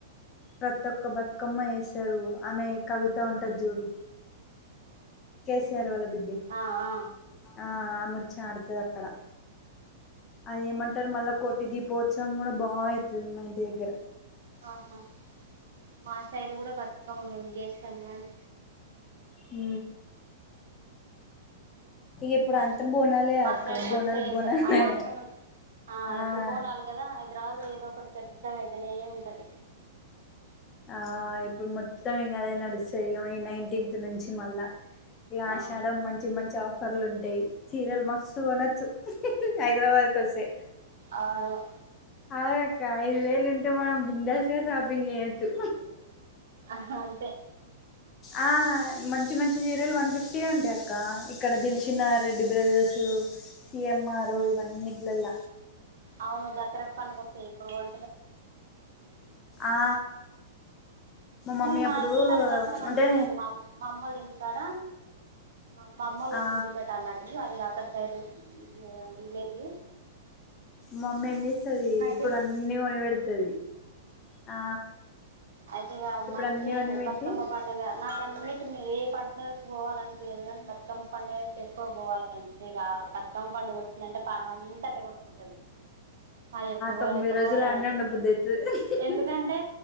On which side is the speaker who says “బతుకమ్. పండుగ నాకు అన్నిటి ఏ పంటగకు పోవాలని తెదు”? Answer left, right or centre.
Right